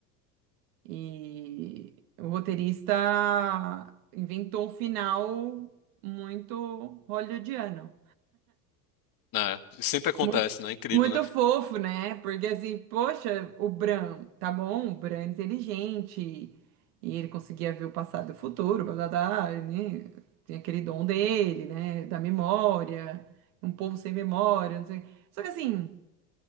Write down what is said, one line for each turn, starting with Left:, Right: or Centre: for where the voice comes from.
Right: E o roteirista inventou um final muito hollywoodiano.
Left: né? Sempre acontece,
Right: Muito,
Left: né? Incrível,
Right: muito
Left: né?
Right: fofo, né? Porque assim, poxa, o Bran, tá bom, o Bran é inteligente e ele conseguia ver o passado e o futuro, blá, blá, blá, né? Tem aquele dom dele, né? Da memória, um povo sem memória, não sei. Só que assim,